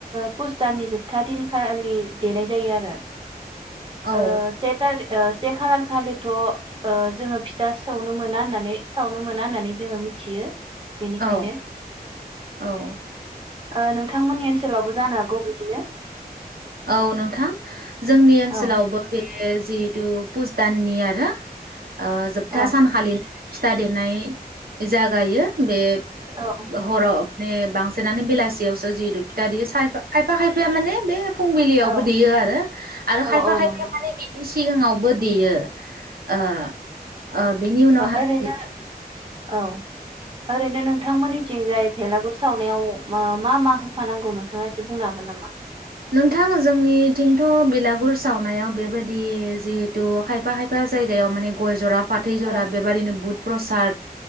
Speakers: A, on the right; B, on the right.
A: पुसदाननि जोबथा दिनखालि देनाय जायो आरो
B: औ
A: ओ से ता जे खालार खालिथ' ओ जोङो फिथा सौनो मोना होननानै सावनो मोना होननानै जोङो मिथियो बेनिखायनो
B: औ औ
A: ओ नोंथांमोननि ओनसोलावबो जानो हागौ बिदिनो
B: औ नोंथां जोंनि ओनसोलावबो
A: औ
B: बे <unintelligible> बे जिहेतु पुस दाननि आरो ओ जोबथा
A: औ
B: सान खालिनो फिथा देरनाय जागायो बे
A: औ
B: हराव ने बांसिनानो बेलासियावसो जिहेतु फिथा देयो साय खायफा खायफाया माने बे फुंबिलियावबो
A: औ
B: देयो आरो आरो
A: औ
B: खायफा
A: औ
B: खायफाया
A: नंगौ
B: माने बेनि सि सिगाङावबो देयो ओ ओ बिनि उनावहाय
A: ओरैनो औ ओरैनो नोंथांमोननिथिंजाय भेलागुर सावनायाव मा मा होफानांगौ नोंथाङा एसे बुंनो हागोन नामा
B: नोंथां जोंनि थिंथ बिलागुर सावनायाव बेबायदि जिहेथु खायफा खायफा जायगायाव माने गय जरा फाथै जरा
A: औ
B: बेबादिनो बुद प्रसाद